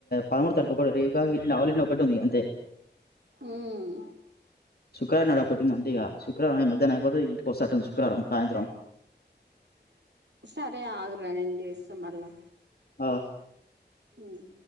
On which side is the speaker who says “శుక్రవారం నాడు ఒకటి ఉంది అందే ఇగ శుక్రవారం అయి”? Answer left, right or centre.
Left